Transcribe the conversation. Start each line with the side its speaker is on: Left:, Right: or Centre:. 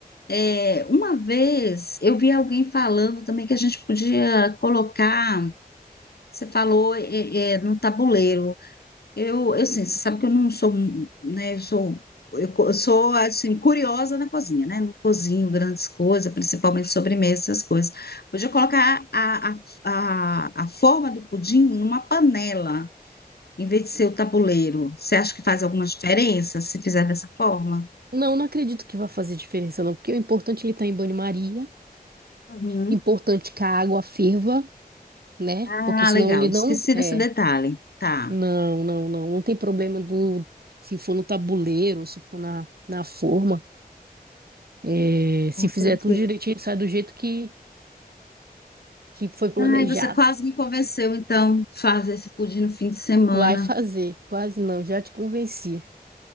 Left: É, uma vez eu vi alguém falando também que a gente podia colocar, você falou, é, é, no tabuleiro. Eu, eu sim, você sabe que eu não sou, um- né, eu sou, eu co- eu sou, assim, curiosa na cozinha, né, não cozinho grandes coisas, principalmente sobremesa, essas coisas. Podia colocar a, a, a, a forma do pudim numa panela, em vez de ser o tabuleiro. Você acha que faz alguma diferença se fizer dessa forma?
Right: Não, não acredito que vai fazer diferença, não, porque o importante é ele tá em banho-maria,
Left: Uhum.
Right: importante é que a água ferva, né?
Left: Ah,
Right: Porque senão
Left: legal,
Right: ele não.
Left: esqueci
Right: É,
Left: desse detalhe. Tá,
Right: não, não, não. Não tem problema do. Se for no tabuleiro, se for na, na forma, é, se fizer
Left: tranquilo.
Right: tudo direitinho, sai do jeito que, que foi planejado.
Left: Ai, você quase me convenceu, então, fazer esse pudim no fim de semana.
Right: Vai fazer, quase não, já te convenci.